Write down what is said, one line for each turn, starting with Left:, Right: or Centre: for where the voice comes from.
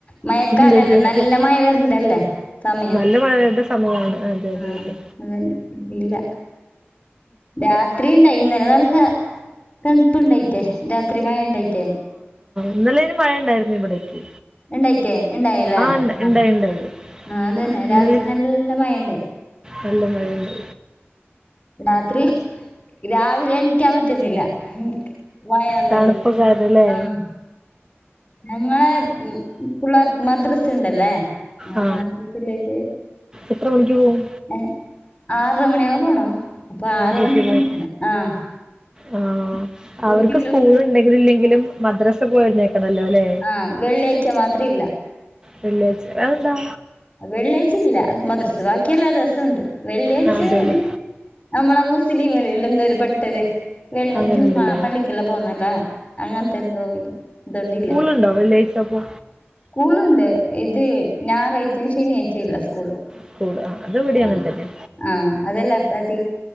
Left: മഴക്കാലല്ലേ
Right: വരുമായിരിക്കും
Left: നല്ല മഴ വരണ്ടല്ലേ സമയം.
Right: നല്ല മഴയുടെ സമയമാണ് അതെ അതെ
Left: ആഹ്
Right: അതെ
Left: അതന്നെ ഇപ്പ ഇല്ല രാത്രി ഉണ്ടായി ഇന്നലെ നല്ല തണുപ്പുണ്ടായിറ്റേ രാത്രി മഴുണ്ടായിട്ടേ.
Right: ഇന്നലായ്ന് മഴ ഉണ്ടായിരുന്നു ഇവിടേക്ക്
Left: ഉണ്ടായിട്ടേ ഉണ്ടായില്ലേ
Right: ആ
Left: ആഹ്
Right: ഉണ്ട- ഉണ്ടായി ഉണ്ടായി
Left: ആഹ് അതന്നെ
Right: ഇന്നലെ
Left: രാത്രി നല്ല മഴ ഉണ്ടായി.
Right: നല്ല മഴയുണ്ട്
Left: രാത്രി രാവിലെ എണിക്കാൻ പറ്റുന്നില്ല. മഴ വന്നെങ്കി.
Right: തണുപ്പൊക്കാരുന്നല്ലേ
Left: ആഹ്. ഞങ്ങളെ ഉം പിള്ളർക്ക് മദ്രസ ഉണ്ടല്ലേ ആഹ്
Right: ആ
Left: മാദ്രസിലേക്ക്
Right: എത്ര മണിക്ക് പോവും
Left: ഏഹ് ആറര മണിയുമ്പ പോണോ അപ്പൊ ആറ്
Right: ആറരയ്ക്ക്
Left: മണിക്ക്
Right: പോവും
Left: ആഹ്
Right: ആ
Left: കുട്ടികൾ
Right: അവർക്ക് <unintelligible> ഇല്ലെങ്കിലും മദ്രസ പോയിരുന്നേ നിക്കണല്ലോല്ലേ
Left: ആഹ് വെള്ളിയാഴ്ച്ച മാത്രില്ല
Right: വെള്ളിയാഴ്ച്ച അതെന്താ
Left: വെള്ളിയാഴ്ച ഇല്ല മദ്രസ് ബാക്കിയെല്ലാ ദിവസോണ്ട് വെള്ളിയാഴ്
Right: ആ അതെല്ലേ
Left: ഒരു നമ്മളെ മുസ്ലിമ്ലില്ല് എന്തോ ഒരു പെട്ടര് വെള്ളി
Right: അങ്ങനെ
Left: ജുമാ
Right: ഉണ്ടല്ലേ
Left: പള്ളിക്കെല്ലാം പോന്നല്ലേ അങ്ങനത്തെ എന്തോ ഇതുകണ്ടല്ല
Right: ഉണ്ടോ വെള്ളി ചപ്പോ
Left: സ്കൂളുണ്ട് ഇത് ഞായറാഴ്ച്ചും ശനി അയച്ചല്ല സ്കൂള്
Right: സ്കൂൾ ആ അത് ഇവിടെ അങ്ങനെ
Left: ആഹ്
Right: തന്നെ
Left: ആഹ് അതല്ല അർഥായ്ച